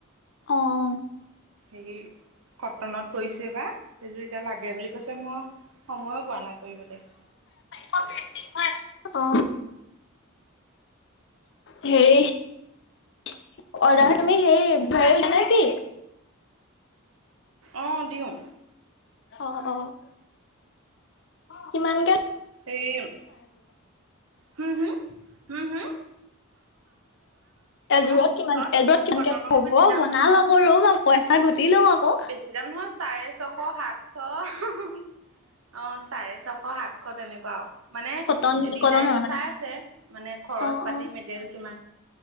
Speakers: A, on the left; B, on the right.
A: অঁ' অঁ
B: হেৰি - কটনত কৰিছোঁ এইবাৰ এইযোৰ এতিয়া লাগে বুলি কৈছে মই সময়ে পোৱা নাই কৰিবলে।
A: অ', হেৰি - অৰ্ডাৰ তুমি সেই <unintelligible> নে কি?
B: অঁ', দিওঁ।
A: অ', অ', কিমানকে -
B: এই হম, হম, হম, হম?
A: এযোৰত
B: মোৰ
A: কিমান
B: ওচৰত
A: এযোৰত কেনেকে
B: কটনৰ মোৰ বেছি দাম নহয়
A: ল‌ও <unintelligible> পইচা ঘটি লওঁ আক।
B: বেছি দাম নহয় চাৰে ছশ সাতশ অ', চাৰে ছশ সাত- শ তেনেকুৱা আও। মানে
A: কটন
B: ডিজাইন
A: কটনৰ
B: টো
A: মানে?
B: চাই আছে মানে খৰচ
A: অ
B: পাতি
A: অ।
B: মেটেল কিমান।